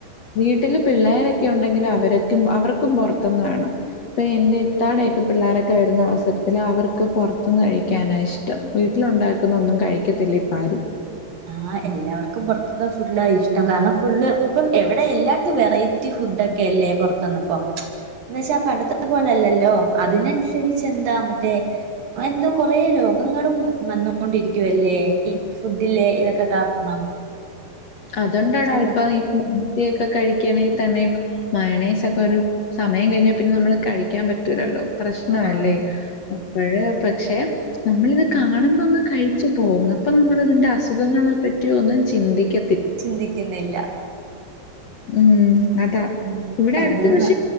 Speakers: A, on the left (about 50°); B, on the right (about 60°).
A: വീട്ടില് പിള്ളേരൊക്കെ ഉണ്ടെങ്കിൽ അവരക്കും അവർക്കും പുറത്തൊന്ന് വേണം ഇപ്പൊ എന്റെ ഇത്താടെൊക്കെ പിള്ളോരൊക്കെ വരുന്ന അവസരത്തിൽ അവർക്ക് പുറത്തുനിന്ന് കഴിക്കാനാണ് ഇഷ്ടം വീട്ടിലുണ്ടാക്കുന്ന ഒന്നും കഴിക്കത്തി െ പരും
B: ആഹ എല്ലാവർക്കും പുറത്തത്തെ ഫുഡ ഇഷ്ടം കാരണം ഫുഡള് ഇപ്പം എവിടെ എല്ലായിടത്തും വെറൈറ്റി ഫുഡ ഒക്കെ അല്ലേ പുറത്തുന്ന ഇപ്പോ എന്ന വെച്ചാ പണ്ടത്തെ പോലെല്ലല്ലോ അതിനനുസരിച്ച് എന്താ മറ്റേ എന്തോ കൊറല്ലോ രോഗങ്ങളും വന്നുകൊണ്ടിരിക്കുവല്ലേ ഈ ഫുഡിലെ ഇതൊക്കെ കാരണം
A: അതൊണ്ടാണാ
B: എന്താ
A: ഇപ്പൊ ദ്യൊക്കെ കഴിക്കണെങ്കിൽ തന്നെയും മയണൈസ ഒക്കെ ഒരു സമയം കഴിഞ്ഞാൽ പിന്നെ നമ്മള് കഴിക്കാൻ പറ്റൂല്ലല്ലോ പ്രശ്നല്ലേ
B: ആഹ്
A: അപ്പഴ പക്ഷെ നമ്മളിത് കാണുമ്പോ അങ്ങ് കഴിച്ചു പോകുന്നു അപ്പൊ നമ്മള ഇതിന്റെ അസുഖങ്ങളെ പറ്റിയ ഒന്ന് ചിന്തിക്ക
B: ചിന്തിക്കുന്നില്ല
A: ഉം അതാ
B: ഉം
A: ഇവിടെ
B: അതാണ്
A: അടുത്ത കഷ